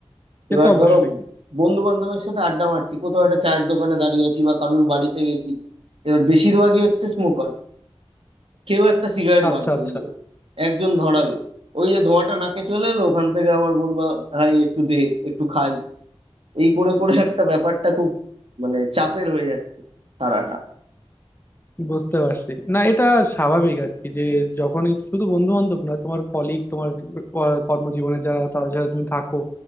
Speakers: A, on the left; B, on the right.
A: সে
B: এবার
A: তো অবশ্যই
B: ধরো বন্ধু বান্ধবের সাথে আড্ডা মারছি কোথাও একটা চায়ের দোকানে দাঁড়িয়ে আছি বা কারুর বাড়িতে গেছি এবার বেশিরভাগই হচ্ছে স্মোকার কেউ একটা সিগারেট
A: আচ্ছা
B: বার করলো
A: আচ্ছা
B: একজন ধরালো ওই যে ধোঁয়াটা নাকে চলে এলো ওখান থেকে আবার বলবা ভাই একটু দে একটু খাই এই করে করে একটা ব্যাপারটা খুব মানে চাপের হয়ে যাচ্ছে সারাটা
A: বুঝতে পারছি না এটা স্বাভাবিক আর কি যে যখনই শুধু বন্ধু বান্ধব না তোমার কলিগ তোমার আহ, কর্মজীবনে যারা তাদের সাথে তুমি থাকো